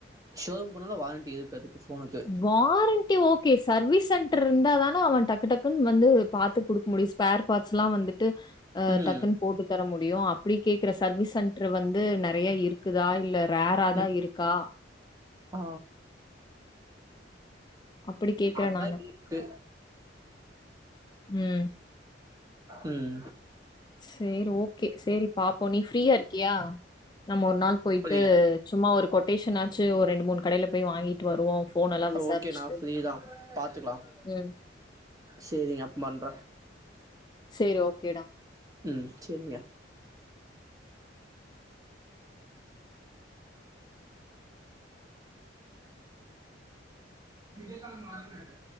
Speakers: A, on the right; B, on the left.
A: ஷோரூம் போனாலு வாரண்ட்டி இருக்கு அதுக்கு ஃபோனுக்கு
B: வாரண்டி ஓகே சர்வீஸ் சென்ட்ரு இருந்தாதான அவன் டக்கு டக்குன் வந்து பாத்து குடுக்குமுடியு ஸ்பேர் பாட்ஸுலா வந்துட்டு ஆ
A: ம்
B: டக்குன் போட்டு தர முடியு அப்டி கேக்குற சர்வீஸ் சென்ட்ரு வந்து நெறைய இருக்குதா இல்ல ரேராதா
A: ம்
B: இருக்கா
A: ஆ
B: அப்படி கேட்கிறேன்
A: அதா
B: நானு.
A: இருக்கு
B: ம்.
A: ம்
B: சேரி ஓகே சேரி பாப்போ நீ ஃப்ரீயா இருக்கியா நம்ம ஒரு நாள் போயிட்டு
A: புரியல
B: சும்மா ஒரு கொட்டேஷன்னாச்சு ஒரு ரெண்டு மூணு கடையில போய் வாங்கி ட்டு வருவோ ஃபோன் எல்லா விசாரிச்சுட்டு
A: ஓகேண்ணா ஃப்ரீ தான் பாத்துக்கலாம்
B: ம்
A: சேரிங்க அப்ம் பண்ற
B: சேரி ஓகேடா
A: ம் சேரிங்க இதாங்க மாறுனது